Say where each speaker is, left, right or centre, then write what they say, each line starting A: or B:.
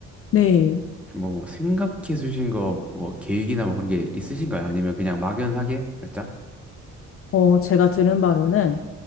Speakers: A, on the left (about 50°); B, in the centre.
A: 네.
B: 뭐, 뭐 생각해 주신 거 뭐 계획이나 뭐 그런 게 있으신가요? 아니면 그냥 막연하게 살짝?
A: 어, 제가 들은 바로는